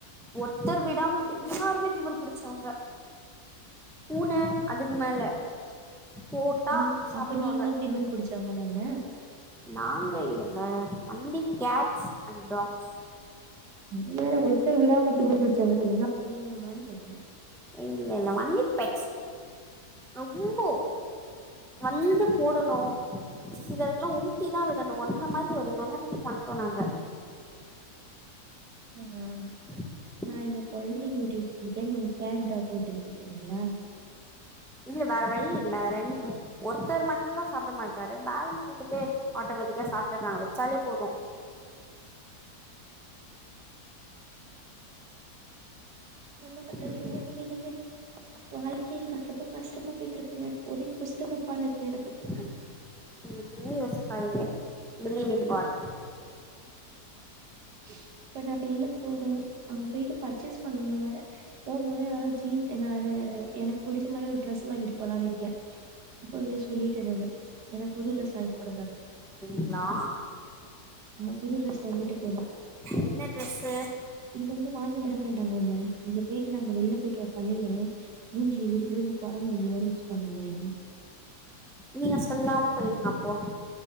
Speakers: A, in the centre; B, on the right.
A: ஒருத்தர் விடாம எல்லாருமே திமிரு புடிச்சவங்க. பூன அதுக்கு மேல போட்டா
B: நீ
A: சாப்புடுவாங்க
B: அப்ப நீங்களு திமிரு புடிச்சவங்கதான
A: நாங்க இல்லங்க ஒன்லி கேட்ஸ் அண் டாக்ஸ்
B: நீங்கதான ஒருத்தர் விடாம திமிரு புச்சவங்கனு சொன்னீங்க அப்ப நீங்களுமான் கேட்டே
A: இல்ல இல்ல ஒன்லீ பெட்ஸ் ரொம்போ வந்து போடணு சிலருக்லா ஊட்டி தா விடணு அந்த மாரி ஒரு நெலமைக்கு வந்ட்டோ நாங்க
B: ம் ம்
A: <inaudible>
B: நா இங்க கொழந்தைக்கு ஊட்டி விட்டுட்ருக்கே நீங் கேட் டாக்கு ஊட்டிவிட்டுருக்கிங்ளா
A: இல்ல வேற வழி இல்ல ரெண் ஒருத்தர் மட்டுந்தா சாப்ட மாட்றாரு பேலன்ஸ் ரெண்டு பேர் ஆட்டோமேட்டிக்கா சாப்டுறாங்க வெச்சாலே போது
B: என்ன பண்றதுனே
A: ம்
B: தெரிலெங்க வாழ்க்கை க ரொம்ப கஷ்டமா போயிட்டுருக்குங்க ஒரே குஸ்ட்டமப்பானிருக்கு எனக்கு
A: நீங்க எதுவுமே யோசிக்காதிங்க பிலீவ் இன் காட்
B: இப்ப நா வெள்ல போணு அங்க போயிட்டு பர்ச்சேஸ் பண்ணணு வேற போம்மோது எதாவ்து ஜீன் ஏனா அது எனக் புடிச்ச மாரி ஒரு ட்ரெஸ்ஸு வாங்கிட்டு போலான் இருக்கே இப்பவே சொல்லிட்டே நானு எனக் புது ட்ரெஸ் வாய்ங்குடுங்கனு
A: ங்ளா
B: ஆமா புது ட்ரெஸ் வாங்கிட்டு போணு
A: என்ன ட்ரெஸ்ஸு
B: இங்க வந்து வாங்க விட மாட்டாங்கங்க இங்க போயிட்டு நாங்க வெளில போய்ட்டு வந்தாலே மூஞ்சி உர்ருனு கொரங்கு மூஞ்சி மாரி வெச்சுப்பாங்கங்க இங்க
A: நீங்க சொல்லாம போயிடுங்க அப்போ